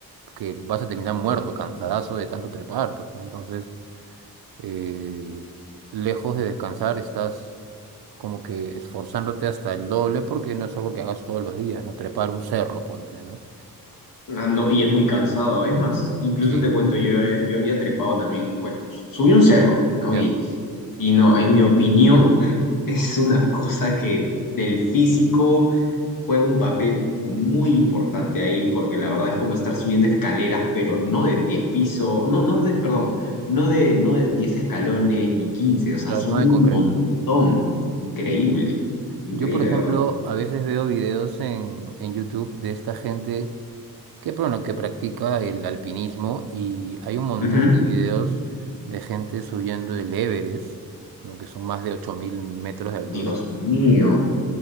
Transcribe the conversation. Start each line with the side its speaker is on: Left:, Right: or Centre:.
Right: que vas a terminar muerto, cansadazo de tanto trepar, pues, ¿no? Entonces, eh, lejos de descansar, estás como que esforzándote hasta el doble porque no es algo que hagas todos los días, ¿no? Trepar un cerro, ponte, ¿no?
Left: Ah, no, y es muy cansado. Es más, incluso
Right: Sí,
Left: te cuento, yo, yo había trepado también, bueno, subí un cerro, pues, ¿no?
Right: ya,
Left: Y, y no, en mi opinión, <laughs> es una cosa que el físico juega un papel muy importante ahí, porque la verdad es como estar subiendo escaleras, pero no de diez pisos, no, no de, perdón, no de, no de 10 escalones ni quince o sea,
Right: claro,
Left: son
Right: no de
Left: un
Right: concreto.
Left: montón. Increíble, increíble,
Right: Yo, por ejemplo,
Left: de verdad.
Right: a veces veo videos en, en YouTube de esta gente que, bueno, que practica el alpinismo y hay un montón
Left: Ujú.
Right: de videos de gente subiendo el Everest, ¿no? que son más de 8.000 metros de altura.
Left: Dios mío.